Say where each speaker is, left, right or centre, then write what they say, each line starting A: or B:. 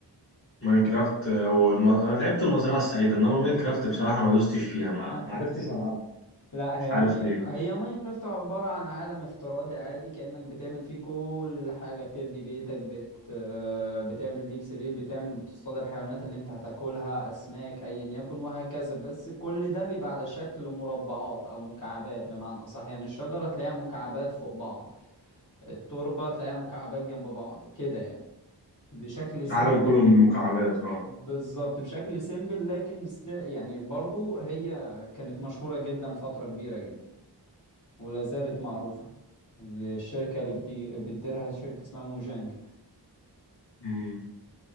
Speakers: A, on the left (about 30°); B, on the left (about 45°).
A: ماينكرافت
B: ب-
A: هو الم... انا لعبت المزرعة السعيدة انما ماينكرافت بصراحة ما دوستش فيها ما
B: آه،
A: ما عرفتش العبها
B: لا هي
A: مش عارف
B: ماي...
A: ليه
B: هي ماينكرافت عبارة عن عالم افتراضي عادي كأنك بتعمل فيه كل حاجة بتبني بيتك بت... آه، بتعمل ليك سرير بتعمل بتصطاد الحيوانات اللي انت هتاكلها أسماك أيا يكن وهكذا بس كل ده بيبقى على شكل مربعات أو مكعبات بمعنى أصح يعني الشجرة تلاقيها مكعبات فوق بعض التربة تلاقيها مكعبات جنب بعض كده يعني بشكل سيمبل
A: عالم كله من المكعبات اه
B: بالظبط بشكل سيمبل لكن است... يعني برضو هي كانت مشهورة جدا فترة كبيرة جدا ولا زالت معروفة للشركة اللي بتي... بتديرها شركة اسمها موجانج
A: مم.